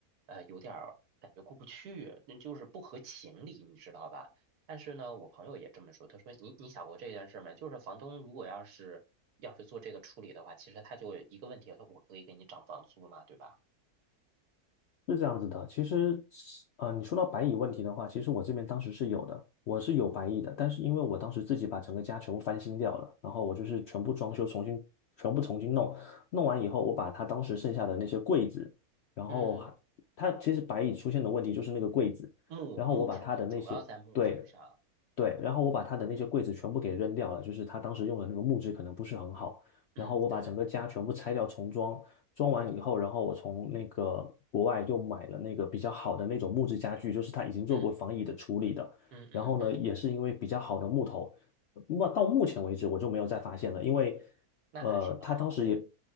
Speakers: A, on the right; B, on the left.
A: 呃，有点儿感觉过不去，那就是不合情理，你知道吧？但是呢，我朋友也这么说，他说你你想过这件事没？就是房东如果要是要是做这个处理的话，其实他就一个问题，他我可以给你涨房租嘛，对吧？
B: 是这样子的。其实，呃，你说到白蚁问题的话，其实我这边当时是有的，我是有白蚁的，但是因为我当时自己把整个家全部翻新掉了，然后我就是全部装修，重新全部重新弄，弄完以后，我把它当时剩下的那些柜子，然后还它其实白蚁出现的问题就是那个柜子，
A: 嗯，木木质的，
B: 然后我把它的那些，
A: 主要在木质上。
B: 对，对，然后我把他的那些柜子全部给扔掉了，就是他当时用的那个木质可能不是很好。
A: 嗯，
B: 然后我把整个家全部拆掉重装，
A: 对，
B: 装完以后，然后我从那个国外又买了那个比较好的那种木质家具，就是他已经做过防蚁的处理的。
A: 嗯嗯嗯嗯，
B: 然后呢，也是因为比较好的木头，那到目前为止我就没有再发现了，因为
A: 那还是蛮好的。
B: 呃，他当时也